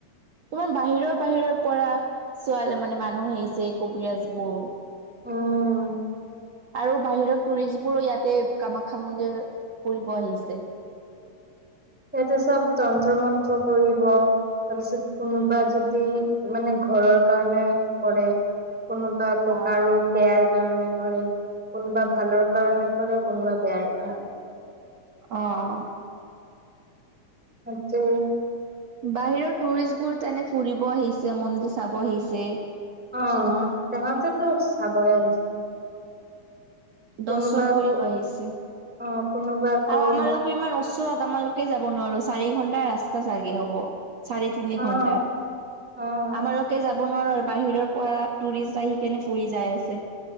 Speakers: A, on the right (about 55°); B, in the centre.
A: ইমান বাহিৰৰ বাহিৰৰ পৰা ছোৱা মানে মানুহ আহিছে কবিৰাজবোৰ।
B: উম,
A: আৰু বাহিৰৰ টুৰিষ্টবোৰো ইয়াতে কামাখ্যা মন্দিৰ, ফুৰিব আহিছে।
B: <inaudible> সিহঁতে চব তন্ত্ৰ মন্ত্ৰ কৰিব, তাৰপিছত কোনোবা যদি মানে ঘৰৰ কাৰণে কৰে কোনোবা ক
A: অ'।
B: কাৰো বেয়াৰ কাৰণে কৰে। কোনোবা ভালৰ কাৰণে কৰে। কোনোবা বেয়াৰ কাৰণে কৰে।
A: অ অ।
B: ইয়াতে
A: বাহিৰৰ টুৰিষ্টবোৰ তেনে ফুৰিব আহিছে, মন্দিৰ চাব আহিছে।
B: অ সিহঁতেতো চাবই আহিছে। কোনোবা
A: দৰ্শন
B: আকৌ
A: কৰি আহিছে
B: অ কোনোবা আকৌ
A: আও আমালোকৰ ইমান ওচৰত তমালোকে যাব নোৱাৰো চাৰি ঘন্টা ৰাস্তা চাগে হ'ব। চাৰে থিনি
B: অ
A: ঘণ্টাত
B: অ
A: আমাৰলকে যাব যাব নোৱাৰো বাহিৰৰ পৰা টুৰিষ্ট আহি কেনে ফুৰি যাই আছে।